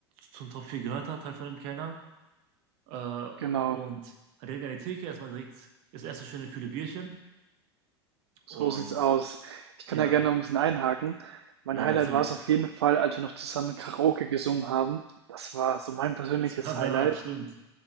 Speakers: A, on the right (about 45°); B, on the right (about 65°).
A: zum Top 4 gehört hat, halt von dem Kellner. Äh,
B: genau.
A: und halt direkt an die Theke erstmal direkt das erste schöne kühle Bierchen.
B: So
A: Und
B: sieht's aus. Ich
A: ja,
B: kann da gerne noch 'n bisschen einhaken. Mein
A: ja,
B: Highlight
A: natürlich.
B: war es auf jeden Fall, als wir noch zusammen Karaoke gesungen haben. Das war so mein persönliches
A: Das kam
B: Highlight.
A: danach, stimmt.